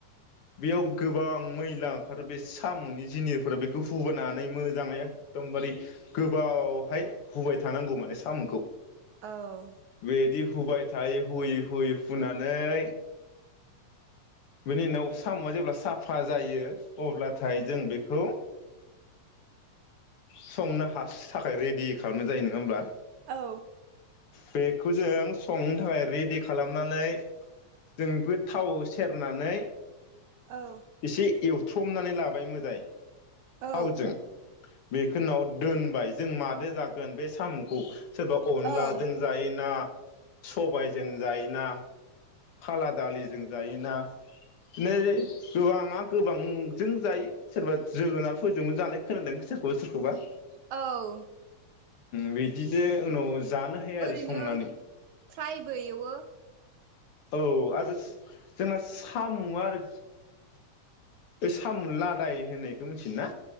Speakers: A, on the left; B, on the right.
A: बेयाव गोबां मैला ओंखारो बे साम'नि जिनिरफोरा बेखौ हुबोनानै मोजाङै एखदमबारे गोबावहाय हुबाय थानांगौ माने साम'खौ।
B: औ।
A: बेदि हुबाय थायो हुयै-हुयै हुनानै बिनि उनाव साम'आ जेब्ला साफा जायो अब्लाथाय जों बेखौ संना फार्स्टनि थाखाय रेडि खालामनाय जायो नङा होमब्ला
B: औ।
A: बेखौ जों संनो थाखाय रेडि खालामनानै जों बेखौ थाव सेरनानै
B: औ।
A: एसे एवथ्रमनानै लाबाय मोजङै
B: औ
A: थावजों बेखौ। दोनबाय जों माजों जागोन बे साम'खौ सोरबा
B: औ
A: अनलाजों जायोना सबायजों जायोना खाला दालिजों जायोना नै गोबाङा गोबांजों जायो सोरबा जोगोनारफोरजोंबो जानाय खोनादों सोरखौबा सोरखौबा।
B: औ।
A: बिदिजे उनाव जानो हायो
B: ओरैनो
A: आरो संनानै
B: फ्रायबो एवो
A: औ आरो जोंना साम' आरो साम' लादाय होननायखौ मिथियो ना?